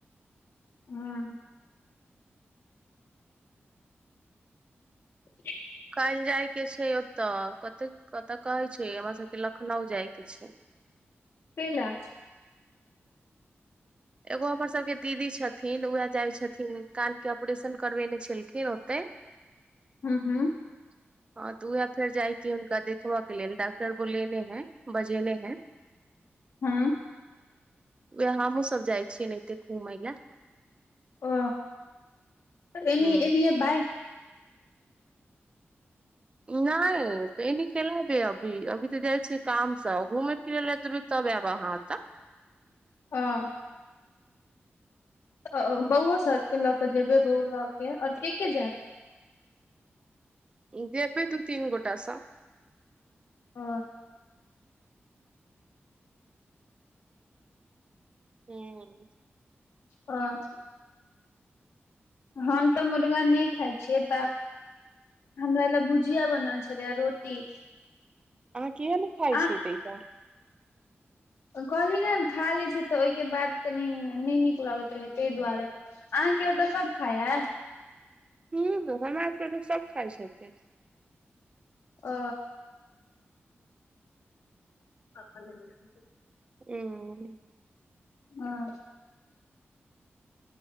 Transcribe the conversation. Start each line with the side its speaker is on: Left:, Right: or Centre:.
Left: हँ <inaudible>
Right: काएल जाय के छै ओतऽ कते कतऽ कहै छै हमरा सबके लखनऊ जाय के छै
Left: पेला
Right: एगो हमर सबके दीदी छथिन उएह जाइ छथिन कान के ऑपरेशन करबेने छलखिन ओते <inaudible>
Left: हु हुँ
Right: <inaudible> हँ तऽ उएह फेर जायके हुनका देखबयके लेल डॉक्टर बोलेने हैं बजेने हैं <inaudible>
Left: हुँ
Right: वैह हमहूँ सब जाइ छियै एनाहिते घुमय लए
Left: ओ तऽ एनी
Right: ह
Left: एनी एबै
Right: नय तऽ एनी केेला जेबै अभी अभी तऽ जाइ छियै काम से घूमेय फिरै लए जेबै तब एब अहाँ एतऽ
Left: हँ तऽ बौआ सब के लऽ के जेबै बौआ के आऔर के के जायत
Right: जेबे दू तीनयगोटास सँ
Left: ओ
Right: हुँ
Left: हँ हम तऽ मुर्गा ने खाय छियै तऽ हमरा लए भुजिया बनल छलै आ रोटी
Right: अहाँ किये ने खाइ
Left: आ
Right: छियै तऽ ई सब
Left: कहली ने खा ले छै तऽ ओहिके बाद कनी नय नीक लगैत रहै ताहि दुआरे अहाँ के ओतऽ सब खाय हे
Right: हुँ हमर सबके तऽ सब खाइ छथिन
Left: ओ <unintelligible>
Right: उंम्म
Left: हँ